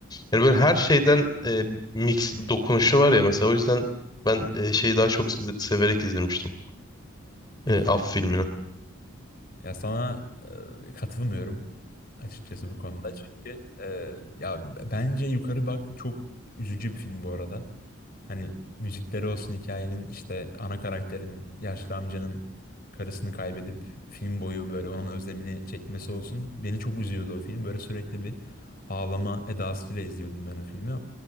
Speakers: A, on the left; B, on the left.
A: Yani böyle her şeyden e, mix bir dokunuşu var ya mesela. O yüzden ben e, şeyi daha çok se- severek izlemiştim.
B: Yukarı
A: E, Up
B: bak.
A: filmini.
B: Ya sana e, katılmıyorum açıkçası bu konuda. Çünkü e, ya b- bence Yukarı Bak çok üzücü bir film bu arada. Hani müzikleri olsun hikayenin işte ana karakterinin yaşlı amcanın karısını kaybedip film boyu böyle onun özlemini çekmesi olsun. Beni çok üzüyordu o film. Böyle sürekli bir ağlama edasıyla izliyordum ben o filmi.